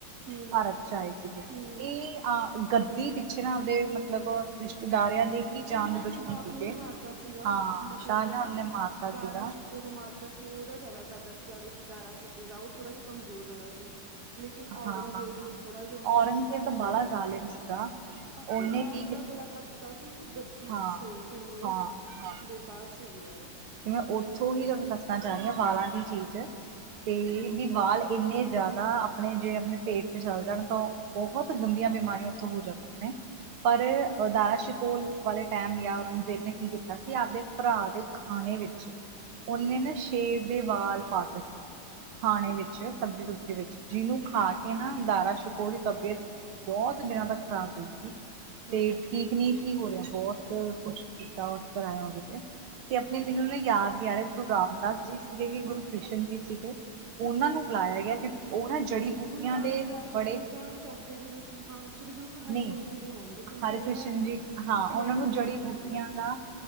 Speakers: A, on the right; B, on the right.
A: ਹਮ
B: ਭਾਰਤ ਚ ਆਏ ਸੀਗੇ
A: ਹਮ
B: ਇਹ ਅਹ ਗੱਦੀ ਵਿੱਚ, ਤਰ ਦੇ ਮਤਲਬ ਰਿਸ਼ਤੇਦਾਰਿਆਂ ਦੇ ਹੀ ਜਾਨ
A: ਇਹਨੇ
B: ਦੇ
A: ਆਪਣੇ
B: ਦੁਸ਼ਮਣ
A: ਬਾਪ
B: ਸੀਗੇ
A: ਨੂੰ ਵੀ ਮਾਰਤਾ ਸੀਗਾ
B: ਹਾਂ
A: ਮਤਲਬ
B: ਸ਼ਾਹਜਹਾਨ
A: ਹਨਾ
B: ਨੇ ਮਾਰਤਾ
A: ਦਾਰਾ
B: ਸੀਗਾ ਹਾਂ
A: ਸ਼ਿਕੋ ਨੂੰ ਮਾਰਤਾ ਸੀ ਉਹਦਾ ਜ਼ਿਆਦਾ ਕਰਦਾ ਸੀ ਦਾਰੂ ਦਾਰਾ ਸ਼ਿਕੋ ਦਾ ਉਹ ਥੋੜ੍ਹਾ ਜਿਹਾ ਕਮਜ਼ੋਰ ਜ਼ਿਆਦਾ ਸੀ। ਲੇਕਿਨ ਔਰੰਗਜ਼ੇਬ
B: ਹਾਂ ਹਾਂ ਹਾਂ।
A: ਨੂੰ ਥੋੜਾ ਜਹਾ ਉਹਨੇ
B: ਔਰੰਗਜ਼ੇਬ
A: ਘੱਟ
B: ਤਾਂ
A: ਪਿਆਰ
B: ਬਾਹਲਾ
A: ਕਰਦਾ
B: ਜ਼ਾਲਿਮ
A: ਸੀ,
B: ਸੀਗਾ
A: ਆਪਣੇ
B: ਉਹਨੇ
A: ਬਾਪ
B: ਕੀ ਕੀਤਾ।
A: ਦਾ ਗਲਾ ਕੱਟਦਾ ਸੀ। ਗੱਦੀ
B: ਹਾਂ
A: ਪਿੱਛੇ ਕਿੰਨੇ
B: ਹਾਂ ਹਾਂ ਹਾਂ
A: ਬੇਕਾਰ ਸੀਗੇ ਯਾਰ,
B: ਤੇ ਮੈਂ ਉੱਥੋਂ ਹੀ ਤੁਹਾਨੂੰ ਦੱਸਣਾ ਚਾਹੁੰਨੀ ਹਾਂ ਵਾਲਾਂ ਦੀ ਚੀਜ਼ ਤੇ
A: ਹਮ
B: ਵੀ ਵਾਲ ਇੰਨੇ, ਜ਼ਿਆਦਾ ਆਪਣੇ ਜੇ ਆਪਣੇ ਪੇਟ ਤੇ ਚੱਲ ਜਾਣ ਤਾਂ ਬਹੁਤ ਗੰਦੀਆਂ ਬਿਮਾਰੀਆਂ ਉੱਥੋਂ ਹੋ ਜਾਂਦੀਆਂ ਨੇ, ਪਰ ਦਾਰਾ ਸ਼ਕੋਲ ਵਾਲੇ ਟਾਈਮ ਜਾਂ ਔਰੰਗਜ਼ੇਬ ਨੇ ਕੀ ਕੀਤਾ ਸੀ ਆਪਦੇ ਭਰਾ ਦੇ, ਖਾਣੇ ਵਿੱਚ ਓਨੇ
A: ਹਮ
B: ਨਾ ਸ਼ੇਰ ਦੇ ਵਾਲ ਪਾਟ ਸੀ। ਖਾਣੇ ਵਿੱਚ ਸਬਜ਼ੀ ਸੁਬਜੀ ਵਿੱਚ ਜਿਹਨੂੰ ਖਾ ਕੇ ਨਾ ਅਦਾਰਾ ਸ਼ਿਕੋ ਦੀ ਤਬੀਅਤ, ਬਹੁਤ ਦਿਨਾਂ ਤੱਕ ਖ਼ਰਾਬ ਰਹੀ ਸੀ ਤੇ
A: ਹਾਂ
B: ਠੀਕ ਨਹੀਂ ਸੀ ਹੋ ਰਿਹਾ ਬਹੁਤ ਕੁਛ ਕੀਤਾ ਕਰਾਇਆ ਉਹਦੇ ਤੇ ਤੇ
A: ਅੱਛਾ
B: ਗੁਰੂ ਰਾਮਦਾਸ ਜੀ ਸੀਗੇ ਹੀ ਗੁਰੂ ਕ੍ਰਿਸ਼ਨ ਜੀ ਸੀਗੇ ਉਹਨਾਂ ਨੂੰ ਬੁਲਾਇਆ ਗਿਆ ਕਿਉਂਕਿ ਉਹ ਨਾ ਜੜੀ ਬੂਟੀਆਂ
A: ਗੁਰੂ ਰਾਮਦਾਸ
B: ਦੇ ਬੜੇ
A: ਜੀ ਤਾਂ ਚੌਥੇ ਗੁਰੂ ਸੀ ਹਾਂ ਸ਼੍ਰੀ ਗੁਰੂ ਹਰਿਕ੍ਰਿਸ਼ਨ
B: ਨਹੀਂ
A: ਜੀ ਹੋਣਗੇ। ਕਿਉਂਕਿ
B: ਹਰਿ
A: ਉਹ
B: ਕ੍ਰਿਸ਼ਨ ਜੀ ਹਾਂ ਉਹਨਾਂ
A: ਮੈਡੀਸਿਨ
B: ਨੂੰ ਜੜੀ
A: ਚ
B: ਬੂਟੀਆਂ
A: ਸੀਗੇ
B: ਦਾ